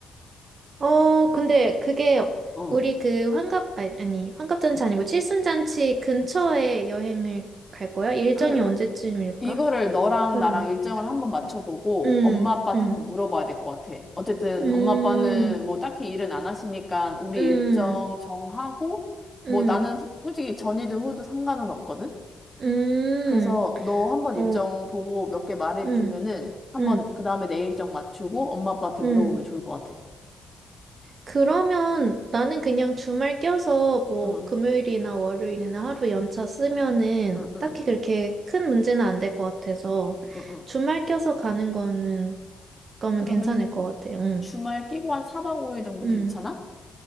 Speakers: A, on the right (about 50°); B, on the left (about 20°).
A: 어, 근데 그게
B: 어.
A: 우리 그 환갑, 아니, 아니, 환갑잔치 아니고 칠순잔치 근처에 여행을 갈 거야? 일정이
B: 그
A: 언제쯤일까?
B: 이거를 너랑
A: 어,
B: 나랑 일정을 한번 맞춰보고
A: 음,
B: 엄마 아빠한테
A: 음,
B: 한번 물어봐야 될 것 같아. 어쨌든
A: 음,
B: 엄마 아빠는 뭐 딱히 일은 안 하시니까 우리
A: 음,
B: 일정 정하고 뭐
A: 음,
B: 나는 소- 솔직히 전이든 후든 상관은 없거든.
A: 음,
B: 그래서 너 한번
A: 어,
B: 일정 보고 몇 개 말해주면은
A: 음,
B: 한번
A: 음,
B: 그 다음에 내 일정 맞추고 엄마 아빠한테
A: 음.
B: 물어보면 좋을 것 같아.
A: 그러면 나는 그냥 주말 껴서 뭐
B: 응.
A: 금요일이나 월요일이나 하루 연차 쓰면은
B: 응, 응,
A: 딱히 그렇게 큰 문제는 안 될 것 같아서
B: 응, 응.
A: 주말 껴서 가는 거는 그러면
B: 그러면
A: 괜찮을 것 같아요. 응.
B: 주말 끼고 한 4박 5일 정도
A: 응.
B: 괜찮아?